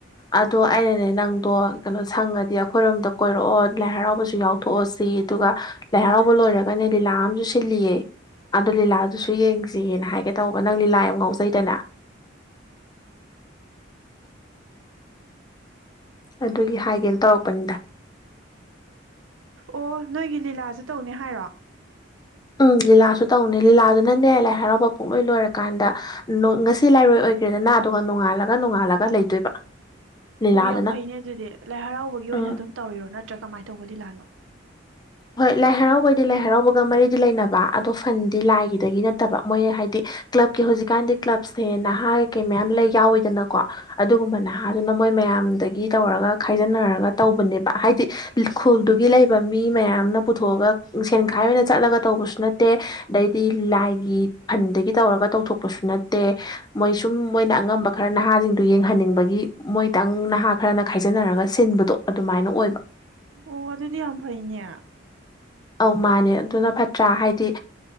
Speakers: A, on the left; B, on the right.
A: ꯑꯗꯣ ꯑꯩꯅꯅꯦ ꯅꯪꯗꯣ ꯀꯩꯅꯣ ꯁꯪꯉꯗꯤ ꯑꯩꯈꯣꯏꯔꯣꯝꯗ ꯀꯣꯏꯔꯛꯑꯣ ꯂꯥꯏ ꯍꯔꯥꯎꯕꯁꯨ ꯌꯥꯎꯊꯣꯛꯑꯣ ꯁꯤ ꯑꯗꯨꯒ ꯂꯥꯏ ꯍꯔꯥꯎꯕ ꯂꯣꯏꯔꯒꯅꯦ ꯂꯤꯂꯥ ꯑꯃꯁꯨ ꯁꯤ ꯂꯤꯌꯦ ꯑꯗꯣ ꯂꯤꯂꯥꯗꯨꯁꯨ ꯌꯦꯡꯁꯤꯌꯦꯅ ꯍꯥꯏꯒꯦ ꯇꯧꯕ ꯅꯪ ꯂꯤꯂꯥ ꯌꯥꯝ ꯉꯥꯎꯖꯩꯗꯅ ꯑꯗꯨꯒꯤ ꯍꯥꯏꯒꯦꯅ ꯇꯧꯔꯛꯄꯅꯤꯗ
B: ꯑꯣ ꯅꯣꯏꯒꯤ ꯂꯤꯂꯥꯥꯁꯦ ꯇꯧꯅꯤ ꯍꯥꯏꯔꯣ
A: ꯎꯝ ꯂꯤꯂꯥꯁꯨ ꯇꯧꯅꯤ ꯂꯤꯂꯥꯗꯨ ꯅꯪꯅꯦ ꯂꯥꯏ ꯍꯔꯥꯎꯕ ꯄꯨꯡꯂꯣꯏ ꯂꯣꯏꯔꯀꯥꯟꯗ ꯉꯁꯤ ꯂꯥꯏꯔꯣꯏ ꯑꯣꯏꯈ꯭ꯔꯦ ꯗꯅꯥ ꯑꯗꯨꯒ ꯅꯣꯡꯉꯥꯜꯂꯒ ꯅꯣꯡꯉꯥꯜꯂꯒ ꯂꯩꯗꯣꯏꯕ ꯂꯤꯂꯥꯗꯨꯅ
B: ꯑꯣ ꯌꯥꯝ ꯐꯩꯅꯦ ꯑꯗꯨꯗꯤ ꯂꯥꯏ ꯍꯔꯥꯎꯕꯒꯤ ꯑꯣꯏꯅ
A: ꯎꯝ
B: ꯑꯗꯨꯝ ꯇꯧꯔꯤꯔꯣ ꯅꯠꯇ꯭ꯔꯥ ꯀꯃꯥꯏꯅ ꯇꯧꯕ ꯂꯤꯂꯥꯅꯣ
A: ꯍꯣꯏ ꯂꯥꯏ ꯍꯔꯥꯎꯕꯩꯗꯤ ꯂꯥꯏ ꯍꯔꯥꯎꯕꯒ ꯃꯔꯤꯗꯤ ꯂꯩꯅꯕ ꯑꯗꯣ ꯐꯟꯗꯤ ꯂꯥꯏꯒꯤꯗꯒꯤ ꯅꯠꯇꯕ ꯃꯣꯏ ꯍꯥꯏꯗꯤ ꯀ꯭ꯂꯕꯀꯤ ꯍꯧꯖꯤꯛꯀꯥꯟꯗꯤ ꯀ꯭ꯂꯕꯁꯦ ꯅꯍꯥ ꯀꯩꯀꯩ ꯃꯌꯥꯝ ꯂꯩ ꯌꯥꯎꯋꯤꯗꯅꯀꯣ ꯑꯗꯨꯒꯨꯝꯕ ꯅꯍꯥꯗꯨꯅ ꯃꯣꯏ ꯃꯌꯥꯝꯗꯒꯤ ꯇꯧꯔꯒ ꯈꯥꯏꯖꯤꯟꯅꯔꯒ ꯇꯧꯕꯅꯦꯕ ꯍꯥꯏꯗꯤ ꯈꯨꯜꯗꯨꯒꯤ ꯂꯩꯕ ꯃꯤ ꯃꯌꯥꯝ ꯊꯑꯦꯟꯥꯏ ꯑꯣꯏꯅ ꯆꯠꯂ ꯇꯧꯕꯦ ꯑꯗꯩꯗꯤ ꯂꯥꯏ ꯐ ꯇꯧꯔꯒ ꯇꯧꯊꯣꯛꯄꯁꯨ ꯅꯠꯇꯦ ꯃꯣꯏ ꯁꯨꯝ ꯃꯣꯏꯅ ꯑꯉꯝꯕ ꯈꯔ ꯅꯍꯥꯁꯤꯡꯗꯨ ꯌꯦꯡꯍꯟꯅꯤꯡꯕꯒꯤ ꯃꯣꯏ ꯈꯤꯇꯪ ꯅꯍꯥ ꯈꯔꯅ ꯈꯥꯏꯖꯤꯟꯅꯔꯒ ꯁꯤꯟꯕꯗꯣ ꯑꯗꯨꯃꯥꯏꯅ ꯑꯣꯏꯕ
B: ꯑꯣ ꯑꯗꯨꯗꯤ ꯌꯥꯝ ꯐꯩꯅꯦ
A: ꯑꯧ ꯃꯥꯅꯦ ꯑꯗꯨꯅ ꯐꯠꯇ꯭ꯔꯥ ꯍꯥꯏꯗꯤ